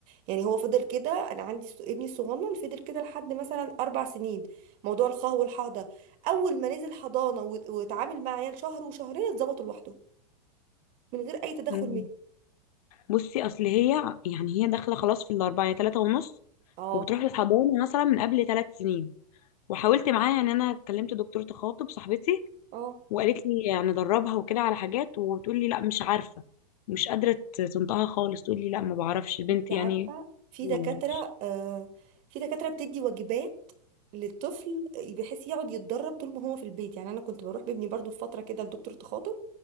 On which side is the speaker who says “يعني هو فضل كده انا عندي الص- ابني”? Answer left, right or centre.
Right